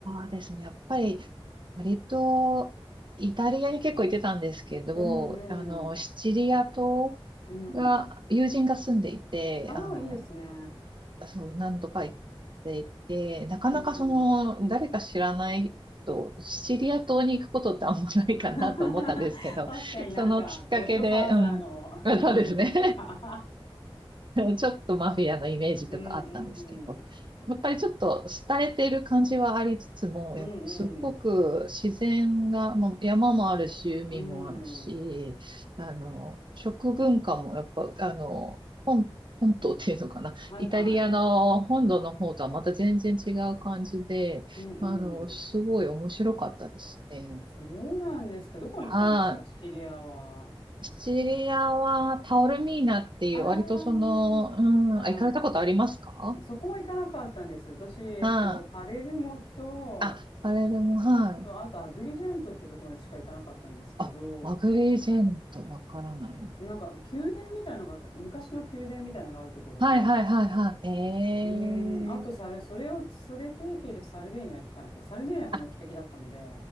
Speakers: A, on the right; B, on the left.
A: うですね。やっぱり、割と、イタリアに結構行ってたんですけど、
B: うんうん。
A: あの、シチリア島
B: うん。
A: が、友人が住んでいて、
B: ああ、
A: あの、
B: いいですね。
A: そう、何度か行っていて、なかなかその、
B: うんうん。
A: 誰か知らないと、シチリア島に行くことってあんまないかなと思ったんですけど、
B: <laughs> 確かになんか、
A: そのきっかけで、
B: ゴッドファーザーのあれを見に行くとか。
A: うん、そうですね。ちょっとマフィアのイメージとかあったんですけど、
B: <laughs> うんうん。
A: やっぱりちょっと廃れている感じはありつつも、
B: うんうん。
A: やすごく自然が、まあ山もあるし、海もあるし、
B: うん。
A: あの、食文化もやっぱ、あの、本、本島っていうのかな。
B: はいはい。
A: イタリアの本土の方とはまた全然違う感じで、
B: うんうん。
A: あの、すごい面白かったですね。
B: そうなんですか。どこに行ったんですかシチリアは。
A: はい。シチリアはタオルミーナっていう、
B: ああ、
A: 割とその、うん、
B: はいはい。
A: あ、行かれたことありますか
B: そこは行かなかったんですよ。私、えっと、
A: はい。
B: パレルモと、
A: あ、パレルも、はい。
B: あとアグリジェントってところにしか行かなかったんですけど、
A: あ、マグリージェント、わからないな。
B: なんか宮殿みたいなのがあった、昔の宮殿みたいなのがあるところで、
A: はいはいはいはい。えー。
B: うーん、あとサル、それを、それ提携でサルデーニャ行ったのかな。サルデーニャが目的だったんで、
A: あ、